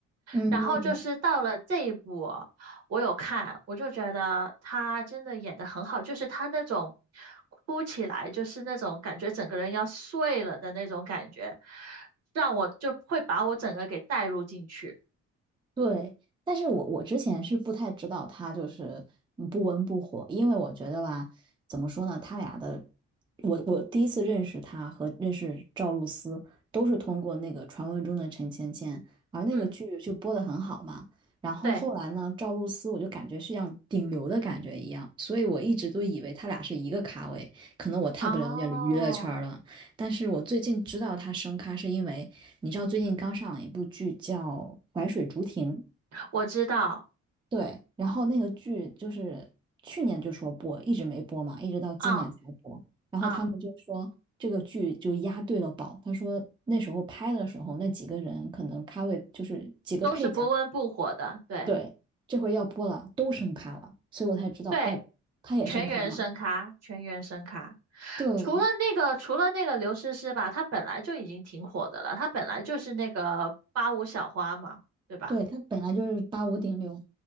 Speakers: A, on the right (about 15°); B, on the right (about 55°).
A: 嗯，
B: 然后就是到了这一步，我有看，我就觉得他真的演的很好，就是他那种哭起来，就是那种感觉整个人要碎了的那种感觉，让我就会把我整个给带入进去。
A: 对，但是我我之前是不太知道他就是嗯不温不火，因为我觉得吧，怎么说呢，他俩的，我我第一次认识他和认识赵露思都是通过那个传闻中的陈芊芊，而那个剧就播得很好嘛。
B: 嗯，
A: 然后后来呢，
B: 对，
A: 赵露思我就感觉是像顶流的感觉一样，所以我一直都以为他俩是一个咖位，可能我太不了解娱乐圈了。
B: 哦，
A: 但是我最近知道他升咖，是因为你知道最近刚上了一部剧叫《淮水竹亭》，
B: 我知道，
A: 对，然后那个剧就是去年就说播，一直没播嘛，一直到今年才播。
B: 啊
A: 然后他们就说这个剧就押对了宝，
B: 啊，
A: 他说那时候拍的时候那几个人可能咖位就是几个配角，
B: 都是不温不火的，对。
A: 对，这回要播了，都升咖了，所以我才知道哦，
B: 对，
A: 他也升咖了。
B: 全员声咖，全员声咖。
A: 对，
B: 除了那个，除了那个刘诗诗吧，她本来就已经挺火的了，她本来就是那个八五小花嘛，对吧？
A: 对，他本来就是八五顶流。